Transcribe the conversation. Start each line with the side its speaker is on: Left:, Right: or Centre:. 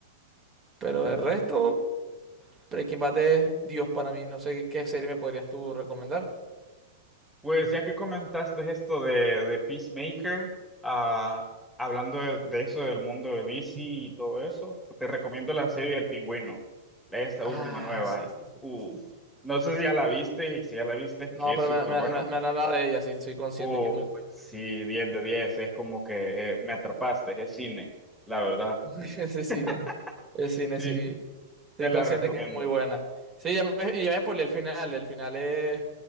Right: Pero el resto, Breaking Bad es Dios para mí. No sé qué serie me podrías tú recomendar.
Centre: Pues ya que comentaste esto de, de Peacemaker, ah, hablando de, de eso del mundo de DC y todo eso, te recomiendo la serie del Pingüino, esta
Right: Ah,
Centre: última nueva.
Right: sí, sí, sí,
Centre: Uf,
Right: sí, sí.
Centre: no sé si ya la viste y si ya la viste es
Right: No,
Centre: que es
Right: pero
Centre: súper
Right: me, me,
Centre: bueno.
Right: me, me han hablado de ella, sí, soy consciente
Centre: Uf,
Right: que es muy buena.
Centre: sí, 10 de 10. es como que eh, me atrapaste, es cine, la verdad.
Right: <laughs> Ese cine,
Centre: <laughs>
Right: el cine,
Centre: Sí,
Right: sí. Estoy
Centre: te la
Right: consciente
Centre: recomiendo.
Right: que es muy buena. Sí, ya me, y ya me spoileé el final. El final es,